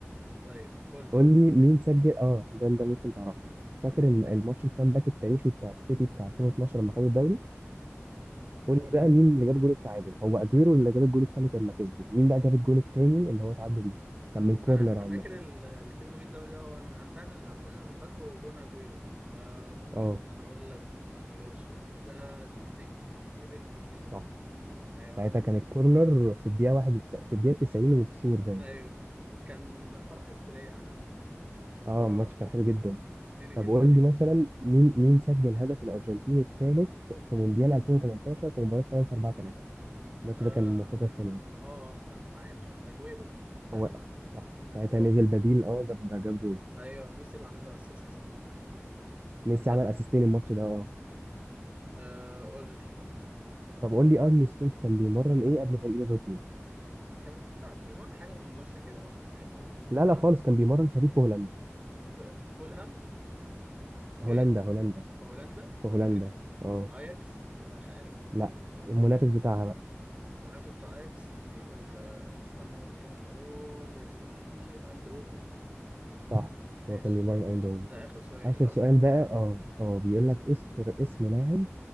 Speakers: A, on the right (about 30°); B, on the right (about 45°).
A: طيب قول لي
B: قول لي مين سجل اه ده انت ممكن تعرفها فاكر الم- الماتش الكامباك التاريخي بتاع السيتي بتاع 2012 لما خد الدوري قول لي
A: مم.
B: بقى مين اللي جاب جول التعادل هو اجويرو اللي جاب الجول التالت لما كسبوا مين بقى جاب الجول التاني اللي هو تعادلوا بيه كان من كورنر
A: انا انا
B: عامة
A: فاكر ال- اللي كسبوا بيه الدوري ده هو انا انا فعلا اصلا انا اللي فاكره جون اجويرو آه، ممكن
B: اه
A: اقول لك مين يا باشا ده ديزيكو ايدن ديزيكو
B: صح
A: ايوه
B: ساعتها
A: يا عم
B: كان الكورنر في الدقيقة واحد وتس... في الدقيقة 90 وكسور باين
A: ايوه كان فرح هستيرية عامة كان الموضوع
B: اه الماتش كان حلو جدا
A: هستيري
B: طب
A: جدا
B: قول
A: يعني
B: لي مثلا مين مين سجل هدف الارجنتين التالت في مونديال 2018 في مباراة فرنسا 4 3 الماتش
A: اه اه
B: ده كان من الماتشات الحلوة
A: آه، آه، استنى انا عارف اجويرو تقريبا
B: هو صح ساعتها
A: اه
B: نزل بديل اه جاب جاب جول
A: ايوه ميسي اللي عامل له اسيست
B: ميسي
A: آه.
B: عمل اسيستين الماتش ده اه
A: مم. آه، قول لي
B: طب قول لي ارني سلوت كان بيمرن ايه قبل فريق ليفربول
A: كان بيمرن بيمرن حاجه مهمشه كده اصلا تقريبا ممرن
B: لا لا خالص كان بيمرن فريق في هولندا
A: في فولهام فين
B: هولندا هولندا
A: في هولندا
B: في هولندا
A: فممكن ي-
B: اه
A: اياكس مش عارف
B: لا
A: ممكن
B: المنافس
A: ممكن
B: بتاعها بقى
A: المنافس بتاع اياكس مين ال- آه، استنى ممكن نقول يا سيدي ايندهوفن
B: صح
A: ماشي
B: هو كان بيمرن ايندهوفن
A: ده اخر سؤال
B: اخر
A: صح
B: سؤال بقى اه اه
A: اه
B: بيقول لك اذكر اسم لاعب